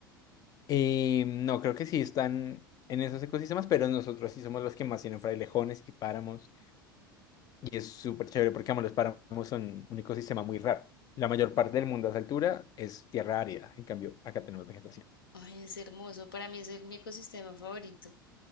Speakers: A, on the left; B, on the left.
A: eh, no, creo que sí están en esos ecosistemas, pero nosotros sí somos los que más tienen frailejones y páramos, y es súper chévere porque, vamos, los páramos son un ecosistema muy raro. La mayor parte del mundo a esa altura es tierra árida, en cambio, acá tenemos vegetación.
B: Ay, es hermoso. Para mí es el, mi ecosistema favorito